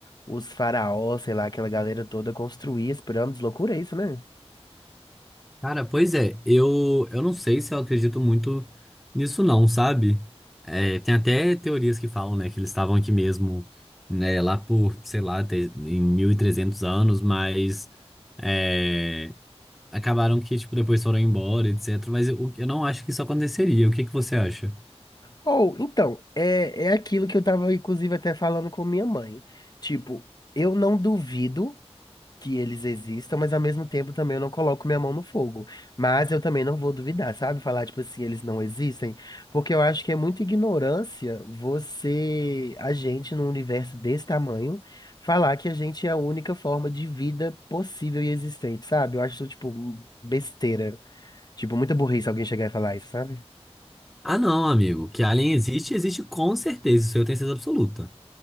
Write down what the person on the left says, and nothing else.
os faraós, sei lá, aquela galera toda construía as pirâmides, loucura isso, né?
Ou, então, é, é aquilo que eu tava, inclusive, até falando com minha mãe. Tipo, eu não duvido que eles existam, mas ao mesmo tempo também eu não coloco minha mão no fogo. Mas eu também não vou duvidar, sabe? Falar, tipo assim, eles não existem. Porque eu acho que é muita ignorância você, a gente, num universo desse tamanho, falar que a gente é a única forma de vida possível e existente, sabe? Eu acho, isso, tipo, besteira. Tipo, muita burrice alguém chegar e falar isso, sabe?